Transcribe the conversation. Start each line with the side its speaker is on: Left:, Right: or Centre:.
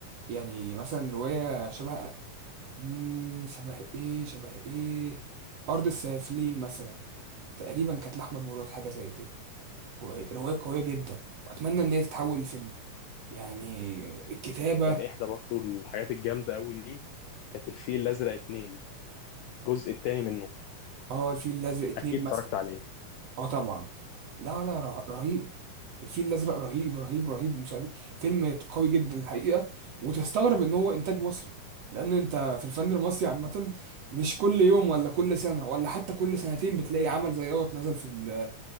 Right: يعني مثلا روايه شبه مم، شبه ايه شبه ايه ارض السافلين مثلا تقريبا كانت لأحمد مراد حاجة زي كده ورواية قوية جدا وأتمنى إن هي تتحول لفيلم يعني الكتابة
Left: كان احدى برضو الحاجات الجامده قوي ليه كانت الفيل الازرق اتنين الجزء التاني منه
Right: اه الفيل الأزرق اتنين
Left: اكيد اتفرجت
Right: مثلا
Left: عليه
Right: اه طبعا لا لا ره- رهيب الفيل الأزرق رهيب رهيب رهيب مسلسل فيلم قوي جدا الحقيقة وتستغرب إن هو إنتاج مصري لأن أنت في الفن المصري عامة مش كل يوم ولا كل سنة ولا حتى كل سنتين بتلاقي عمل زي دوت نزل في ال-